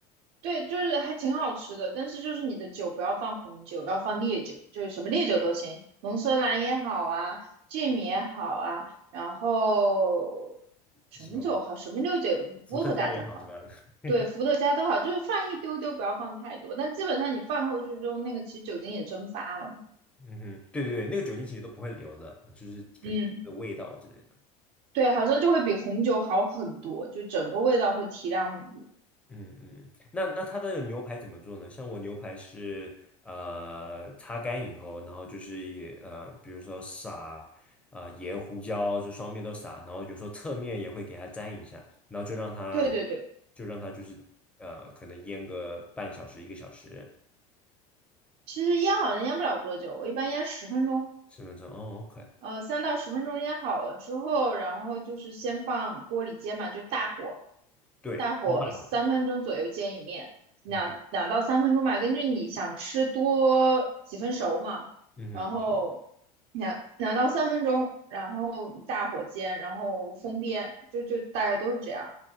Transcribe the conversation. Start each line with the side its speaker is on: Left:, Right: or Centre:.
Right: 对，就是还挺好吃的，但是就是你的酒不要放红酒，要放烈酒，就是什么烈酒都行，龙舌兰也好啊，芥米也好啊，然后什么酒好，
Centre: 什么？
Right: 什么烈酒伏特加都好，
Centre: 伏特加也好是吧？<laughs>
Right: 对，伏特加都好，就是放一丢丢，不要放太多，但基本上你放过去之后，那个其实酒精也蒸发了，
Centre: 嗯哼，对对对，那个酒精其实都不会留的，就是可能的味道之类的。
Right: 嗯，对，好像就会比红酒好很多，就整个味道会提亮很多。
Centre: 嗯嗯，那那它的牛排怎么做呢？像我牛排是呃擦干以后，然后就是也呃，比如说撒呃盐、胡椒，就双面都撒，然后有时候侧面也会给它沾一下，然后就让它
Right: 对对对，
Centre: 就让它就是呃可能腌个半小时、一个小时、
Right: 其实腌好像腌不了多久，我一般腌十分钟。
Centre: 十分钟。哦，OK，
Right: 呃，三到十分钟腌好了之后，然后就是先放锅里煎嘛，就是大火，
Centre: 对，
Right: 大火三分钟左右煎一面，
Centre: 超大的，
Right: 两两到三分钟吧，
Centre: 嗯
Right: 根据你想吃多几分熟嘛，
Centre: 嗯哼，
Right: 然后两两到三分钟，
Centre: 是。
Right: 然后大火煎，然后封边，就就大概都是这样。